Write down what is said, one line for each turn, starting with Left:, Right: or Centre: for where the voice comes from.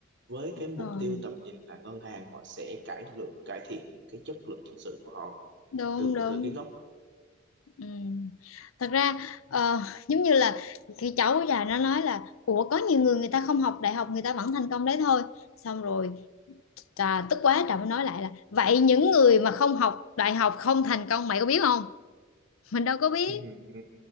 Right: với cái mục
Left: rồi
Right: tiêu tầm nhìn là ngân hàng họ sẽ cải lượng cải thiện cái chất lượng nhân sự của họ
Left: đúng
Right: từ
Left: đúng
Right: từ cái gốc
Left: Ừ. Thật ra ờ, giống như là cái cháu già nó nói là ủa có nhiều người người ta không học đại học người ta vẫn thành công đấy thôi xong rồi trà tức quá trà mới nói lại là vậy những người mà không học đại học không thành công mày có biết không mình đâu có
Right: <laughs>
Left: biết
Right: ừ, ừ,